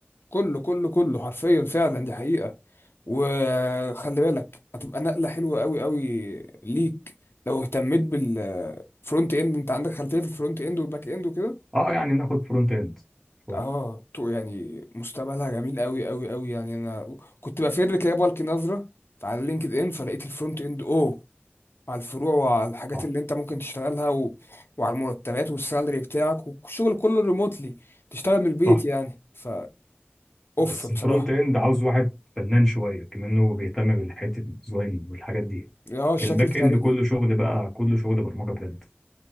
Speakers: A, on the left (about 65°); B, in the centre.
A: كله كله كله حرفيا فعلا دي حقيقة وخلي بالك هتبقى نقلة حلوة قوي قوي ليك لو اهتميت بالفرونت اند انت عندك خلفية في الفرونت اند والباك اند وكده
B: اه يعني ناخد فرونت اند شويه
A: اه تو- يعني مستقبلها جميل قوي قوي قوي يعني انا كنت بفر كده بلقي نظرة على لينكد ان فلقيت الفرونت اند اوه على الفروع وعلى الحاجات
B: صح
A: اللي انت ممكن تشتغلها و... وعلى المرتبات والسالري بتاعك والشغل كله ريموتلي تشتغل من البيت
B: صح
A: يعني ف اوف
B: بس
A: بصراحة
B: الفرونت اند عاوز واحد فنان شويه كمان هو بيهتم بالحته الديزاين والحاجات دي
A: اه
B: لكن
A: الشكل
B: الباك
A: الخارجي
B: اند كله شغل بقى كله شغل برمجه بجد